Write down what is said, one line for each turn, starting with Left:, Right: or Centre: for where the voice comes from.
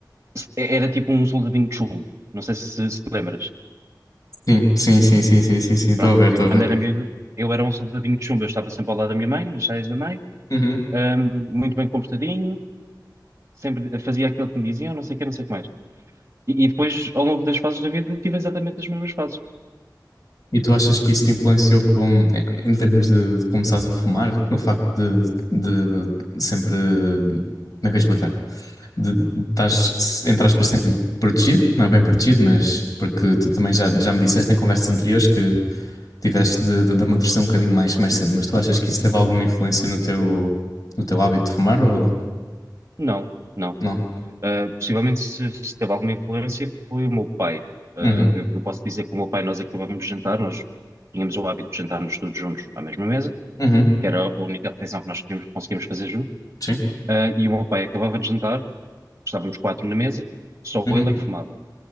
Right: Era tipo um soldadinho de chumbo. Não sei se, se te lembras.
Left: Sim, sim, sim, sim, sim, sim, sim. Estou
Right: Pronto,
Left: a ver,
Right: eu
Left: estou
Right: quando
Left: a ver.
Right: era miúdo, eu era um soldadinho de chumbo. Eu estava sempre ao lado da minha mãe, nas saias da mãe,
Left: Uhum.
Right: hum, muito bem comportadinho, sempre fazia aquilo que me diziam, não sei o que, não sei o que mais. E, e depois, ao longo das fases da vida, tive exatamente as mesmas fases.
Left: E tu achas que isso te influenciou com, em em termos de, de começares a fumar? No facto de, de sempre. Como é que eu vou explicar? De de estás, se- entre aspas, sempre protegido, não é bem protegido, mas porque tu também já, já me disseste em conversas anteriores que tiveste de, de, de amadurecer um bocadinho mais, mais cedo, mas tu achas que isso teve alguma influência no teu, no teu hábito de fumar ou
Right: Não, não.
Left: não?
Right: Uh, possivelmente se, se teve alguma influência foi o meu pai. Uh,
Left: Uhum,
Right: eu, eu posso dizer que o meu pai, nós acabávamos de jantar, nós tínhamos o hábito de jantarmos todos juntos à mesma mesa,
Left: uhum,
Right: que era a única refeição que nós podíamos- conseguíamos fazer juntos.
Left: Sim.
Right: Uh, e o meu pai acabava de jantar, estávamos quatro na mesa, só
Left: uhum.
Right: ele é que fumava.